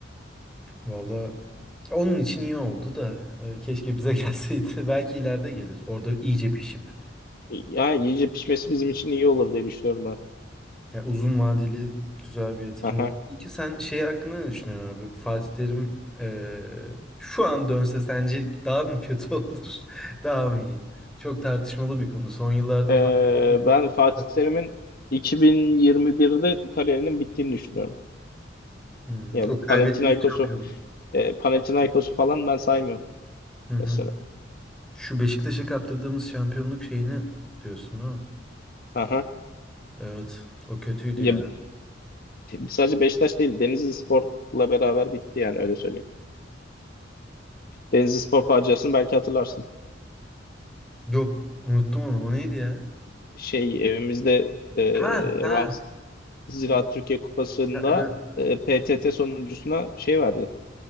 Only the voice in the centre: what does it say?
valla onun için iyi oldu da e, keşke bize <laughs> gelseydi. Belki ileride gelir. Orada iyice pişip.
Ya uzun vadeli güzel bir yatırım
oldu. Peki sen şey hakkında ne düşünüyorsun abi? Fatih Terim eee, şu an dönse sence daha mı kötü <laughs> olur? Daha mı iyi? Çok tartışmalı bir konu. Son yıllarda
Fatih Terim çok
kötü.
Hmm,
o kaybettiğimiz
şampiyonluk.
Hı hı.
Şu Beşiktaş'a kaptırdığımız şampiyonluk şeyini diyorsun değil mi?
Evet. O kötüydü
ya.
Yok. Unuttum onu. O neydi ya?
Ha ha.
Ha, evet.